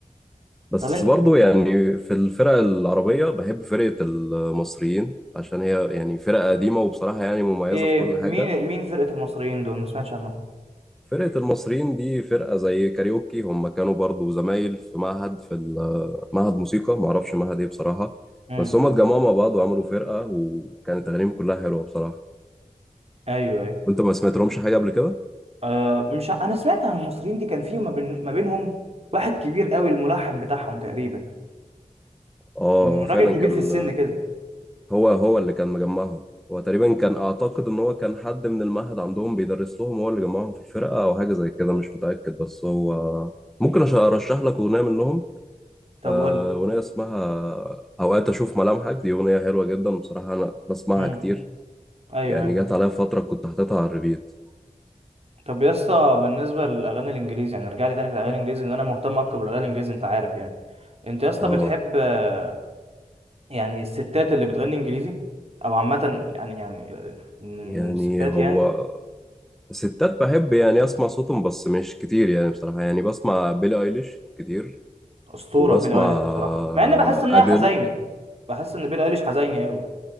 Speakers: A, in the centre; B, on the right.
A: بس
B: طب
A: برضو يعني في الفرق العربيه بحب فرقه المصريين عشان هي يعني فرقه قديمه وبصراحه يعني مميزه
B: إيه
A: في كل حاجه
B: مين مين فرقة المصريين دول ما سمعتش عنهم
A: فرقة المصريين دي فرقة زي كاريوكي هم كانوا برضو زمايل في معهد في ال- معهد موسيقى معرفش معهد ايه بصراحة
B: امم
A: بس هم اتجمعوا مع بعض وعملوا فرقة وكانت أغانيهم كلها حلوة بصراحة
B: ايوه ايوه
A: وانت ما سمعت لهمش حاجة قبل كده؟
B: آه مش ع- انا سمعت عن المصريين دي كان في ما, بين... ما بينهم واحد كبير قوي الملحن بتاعهم تقريبا
A: اه
B: مم،
A: هو
B: راجل
A: فعلا
B: كبير
A: كان
B: في السن كده
A: هو هو اللي كان مجمعهم هو تقريبا كان أعتقد إن هو كان حد من المعهد عندهم بيدرس لهم هو اللي جمعهم في الفرقة أو حاجة زي كده مش متأكد بس هو ممكن أش- أرشح لك أغنية منهم
B: طب
A: آه،
B: قول لي
A: أغنية اسمها أوقات أشوف ملامحك دي أغنية حلوة جدا بصراحة أنا بسمعها
B: امم
A: كتير
B: ايوه
A: يعني
B: ايوه
A: جت عليا فترة كنت حاططها على الريبيت
B: طب يا اسطى بالنسبة للأغاني الإنجليزي يعني ارجع لي تاني في الأغاني الإنجليزي إن أنا مهتم أكتر بالأغاني الإنجليزي أنت عارف يعني أنت يا اسطى
A: اه
B: بتحب آه، يعني الستات اللي بتغني إنجليزي أو عامة يعني يعني من
A: يعني
B: من الستات
A: هو
B: يعني
A: ستات بحب يعني أسمع صوتهم بس مش كتير يعني بصراحة يعني بسمع بيلي أيليش كتير
B: اسطوره
A: وبسمع
B: بيلي ايليش
A: آه،
B: بصراحه مع ان بحس ان هي
A: أديل
B: حزيني بحس ان بيلي ايليش حزيني قوي